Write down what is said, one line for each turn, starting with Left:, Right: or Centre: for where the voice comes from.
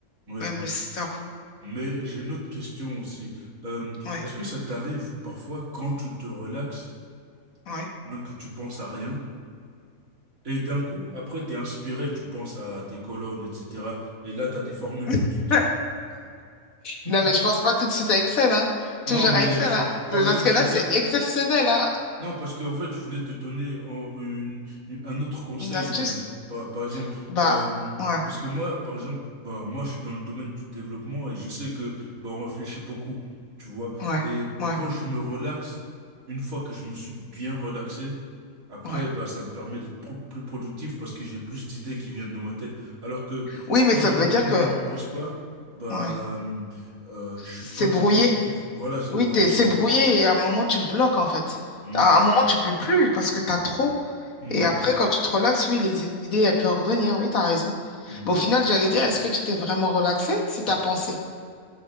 Right: Oui.
Left: Même le cerveau.
Right: Mais j'ai une autre question aussi. Euh,
Left: Ouais,
Right: est-ce que ça t'arrive parfois quand tu te relaxes,
Left: ouais.
Right: hein, que tu penses à rien, et d'un coup, après, t'es inspiré, tu penses à des colonnes, etc. Et là, t'as des formules
Left: <laughs>
Right: tout de suite. <laughs>
Left: Non, mais je pense pas tout de suite à Excel, hein.
Right: Non,
Left: Toujours
Right: mais
Left: à Excel,
Right: je,
Left: hein.
Right: par
Left: Parce
Right: exemple,
Left: que
Right: je
Left: là
Right: veux dire
Left: c'est exceptionnel, hein.
Right: Non, parce qu'en fait, je voulais te donner en- une- une- un autre conseil
Left: Une astuce?
Right: même. Par, par exemple,
Left: Bah,
Right: euh,
Left: ouais,
Right: parce que moi, par exemple, bah, moi, je suis dans le domaine du développement et je sais que bah, on réfléchit beaucoup, tu vois.
Left: ouais,
Right: Et
Left: ouais,
Right: quand je me relaxe, une fois que je me suis bien relaxé, après,
Left: ouais.
Right: bah, ça me permet d'être pro- plus productif parce que j'ai plus d'idées qui viennent dans ma tête. Alors que
Left: Oui, mais
Right: quand
Left: ça
Right: je,
Left: veut
Right: me-
Left: dire
Right: quand
Left: que,
Right: je me repose pas, bah,
Left: ouais,
Right: hum, euh, je suis
Left: c'est
Right: pas
Left: brouillé.
Right: très productif. Voilà, c'est
Left: Oui,
Right: brouillé,
Left: t'es, c'est
Right: voilà.
Left: brouillé et à un moment, tu bloques, en fait.
Right: Hum,
Left: À un moment, tu peux plus parce que t'as trop.
Right: hum,
Left: Et après, quand tu te relaxes, oui, les idées, elles peuvent revenir. Oui, t'as raison.
Right: hum.
Left: Bon, au final, j'allais dire, est-ce que tu t'es vraiment relaxé si t'as pensé?